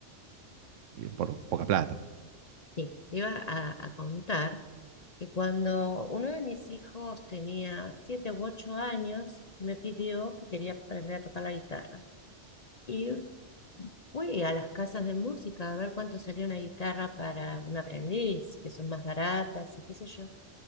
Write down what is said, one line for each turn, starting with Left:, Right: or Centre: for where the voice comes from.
Right: y por poca plata.
Left: te iba a, a contar que cuando uno de mis hijos tenía siete u ocho años, me pidió que quería aprender a tocar la guitarra. Y fui a las casas de música a ver cuánto salía una guitarra para un aprendiz, que son más baratas y qué sé yo.